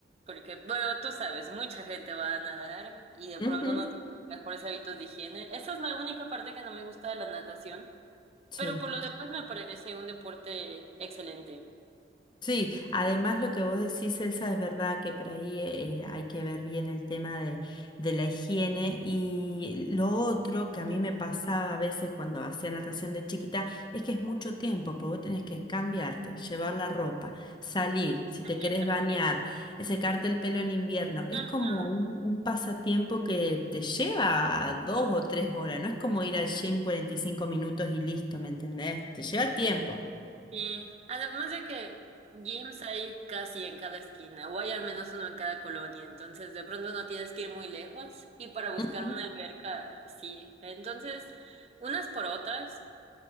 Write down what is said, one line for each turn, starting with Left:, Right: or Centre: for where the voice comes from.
Right: porque bueno, tú sabes, mucha gente va a nadar y de pronto
Left: Ujú,
Right: no tiene los mejores hábitos de higiene. Esa es la única parte que no me gusta de la natación.
Left: Sí.
Right: Pero por lo demás me parece un deporte excelente.
Left: Sí, además lo que vos decís, Elsa, es verdad que por ahí eh, hay que ver bien el tema de, de la higiene y lo otro que a mí me pasaba a veces cuando hacía natación de chiquita es que es mucho tiempo, porque vos tenés que cambiarte, llevar la ropa, salir, si
Right: Bañarte.
Left: te querés bañar, eh, secarte el pelo en invierno, es
Right: Ajá,
Left: como un, un pasatiempo que te lleva dos o tres horas, no es como ir al gym 45 minutos y listo, ¿me entendés? Te lleva tiempo.
Right: sí. Además de que gyms hay casi en cada esquina, o hay al menos uno en cada colonia, entonces de pronto no tienes que ir muy lejos y para buscar
Left: Ujú.
Right: una alberca, sí. Entonces, unas por otras,